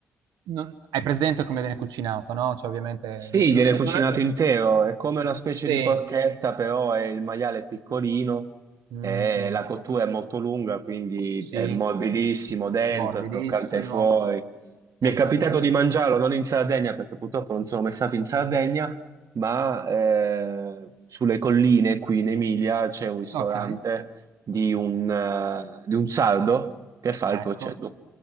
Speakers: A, on the right; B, on the right.
A: non hai presente come viene cucinato, no, cioè ovviamente
B: Sì,
A: no
B: viene
A: no
B: cucinato
A: non è
B: intero, è come una specie
A: sì,
B: di porchetta, però è il maiale è piccolino
A: mh-mh,
B: e la cottura è molto lunga, quindi
A: sì,
B: è morbidissimo dentro,
A: morbidissimo.
B: è croccante fuori. Mi
A: Esatto.
B: è capitato di mangiarlo non in Sardegna, perché purtroppo non sono mai stato in Sardegna, ma eh, sulle colline qui in Emilia c'è un ristorante
A: Okay,
B: di un, eh, di un sardo che fa
A: ecco.
B: il proceduto.